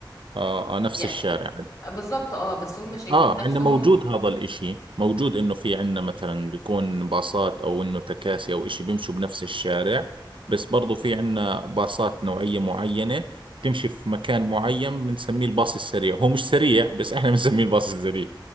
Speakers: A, on the right (about 85°); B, on the left (about 45°).
A: اه, آه نفس
B: يعني
A: الشارع
B: بالظبط اه بس هم شايفين
A: اه
B: نفسهم
A: عندنا موجود هذا الاشي موجود انه في عندنا مثلا بيكون باصات او انه تكاسي او اشي بيمشوا بنفس الشارع بس برضو في عندنا باصات نوعية معينة تمشي في مكان معين بنسميه الباص السريع هو مش سريع بس احنا <laughs> بنسميه الباص السريع